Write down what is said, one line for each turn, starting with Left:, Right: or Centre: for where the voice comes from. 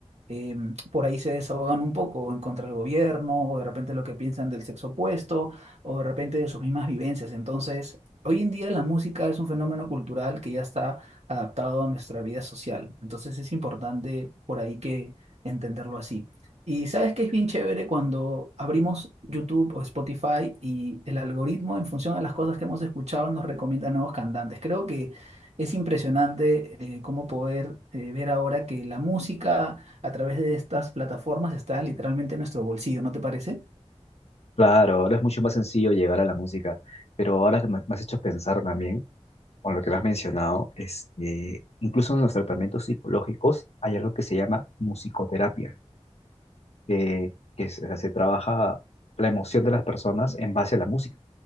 Right: eh, por ahí se desahogan un poco en contra del gobierno, o de repente lo que piensan del sexo opuesto, o de repente de sus mismas vivencias. Entonces, hoy en día la música es un fenómeno cultural que ya está adaptado a nuestra vida social. Entonces, es importante por ahí que entenderlo así. Y sabes que es bien chévere cuando abrimos YouTube o Spotify y el algoritmo en función a las cosas que hemos escuchado nos recomienda nuevos cantantes. Creo que es impresionante eh, cómo poder eh, ver ahora que la música a través de estas plataformas está literalmente en nuestro bolsillo, ¿no te parece?
Left: Claro, ahora es mucho más sencillo llegar a la música, pero ahora que me me has hecho pensar también, con lo que me has mencionado, este, incluso en los tratamientos psicológicos hay algo que se llama musicoterapia, que, que se, se trabaja la emoción de las personas en base a la música.